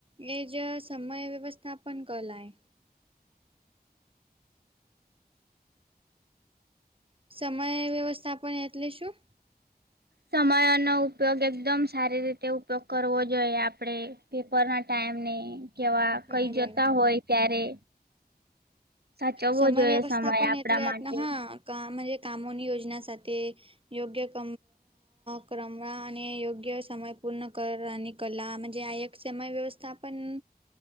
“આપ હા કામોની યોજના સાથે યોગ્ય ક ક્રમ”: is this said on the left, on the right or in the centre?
Right